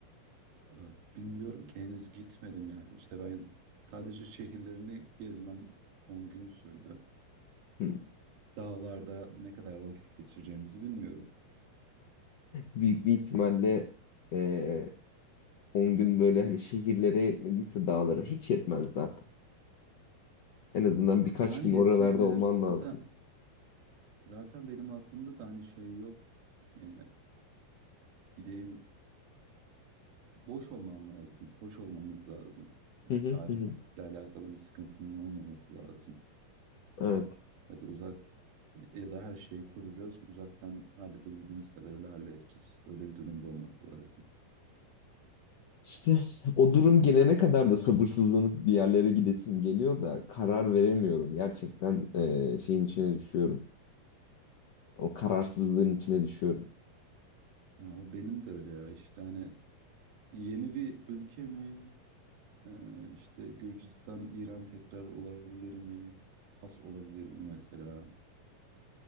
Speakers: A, on the right; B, on the left.
A: Aaa, bilmiyorum ki henüz gitmedim yani. İşte ben sadece şehirlerini gezmem 10 gün sürdü.
B: Hmm.
A: Dağlarda ne kadar vakit geçireceğimizi bilmiyorum.
B: Büyük bir ihtimalle eee 10 gün böyle hani şehirlere yetmediyse dağlara hiç yetmez zaten. En azından birkaç
A: Yani
B: gün
A: yetmeyebilir.
B: oralarda olman
A: Zaten
B: lazım.
A: zaten benim aklımda da hani şey yok. Eee, gideyim boş olmam lazım. Boş olmamız lazım. Hani
B: Hı hı
A: Tarihle
B: hı. hı.
A: alakalı bir sıkıntının olmaması lazım.
B: Evet.
A: Ya da uzak ya da her şeyi kuracağız. Uzaktan halledebildiğimiz kadarıyla halledeceğiz. Öyle bir durumda olmak lazım.
B: İşte o durum gelene kadar da sabırsızlanıp bir yerlere gidesim geliyor da karar veremiyorum. Gerçekten eee, şeyin içine düşüyorum. O kararsızlığın içine düşüyorum.
A: Ama benim de öyle ya işte hani yeni bir ülke mi? Ee, işte Gürcistan, İran tekrar olabilir mi? Fas olabilir mi mesela?